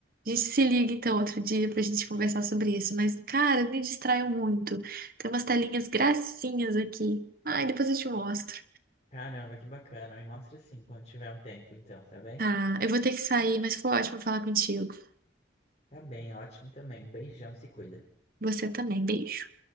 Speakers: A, on the right; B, on the left.
A: a gente se liga então outro dia pra gente conversar sobre isso. Mas, cara, eu me distraio muito. Tem umas telinhas gracinhas aqui. Ai, depois eu te mostro.
B: Caramba, que bacana. Me mostra sim quando tiver um tempo, então, tá bem?
A: Tá, eu vou ter que sair, mas foi ótimo falar contigo.
B: Tá bem, ótimo também. Beijão, se cuida.
A: Você também, beijo.